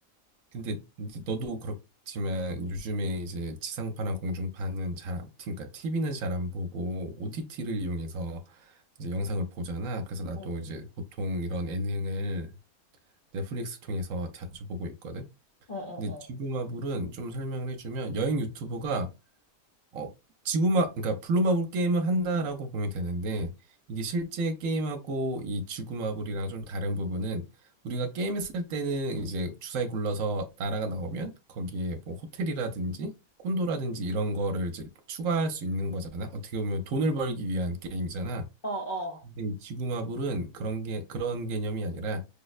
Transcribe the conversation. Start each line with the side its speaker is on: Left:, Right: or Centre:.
Right: 근데 이제 너도 그렇지만 요즘에 이제 지상파랑 공중파는 잘, 안- 그러니까 TV는 잘 안 보고 OTT를 이용해서 이제 영상을 보잖아. 그래서 나도
Left: 어,
Right: 이제 보통 이런 예능을 넷플릭스 통해서 자주 보고 있거든.
Left: 어, 어,
Right: 근데
Left: 어,
Right: 지구마블은 좀 설명을 해주면 여행 유튜버가 어, 지구마, 그러니까 블루마블 게임을 한다라고 보면 되는데, 이게 실제 게임하고 이 지구마블이랑 좀 다른 부분은, 우리가 게임했을 때는 이제 주사위 굴러서 나라가 나오면, 거기에 뭐 호텔이라든지, 콘도라든지 이런 거를 이제 추가할 수 있는 거잖아. 어떻게 보면 돈을 벌기 위한 게임이잖아.
Left: 어, 어.
Right: 근데 이 지구마블은 그런 게, 그런 개념이 아니라,